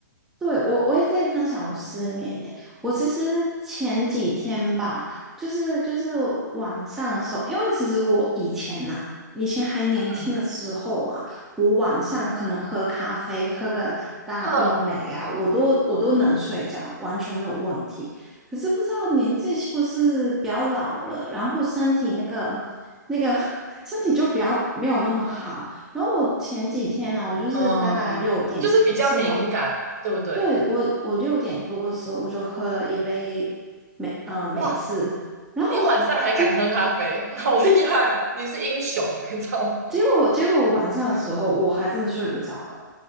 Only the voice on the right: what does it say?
嗯
嗯，
嗯，就是比较敏感啊，对不对？
哇，
你晚上还敢喝咖啡，<laughs> 好厉害啊你是英雄，你知道吗？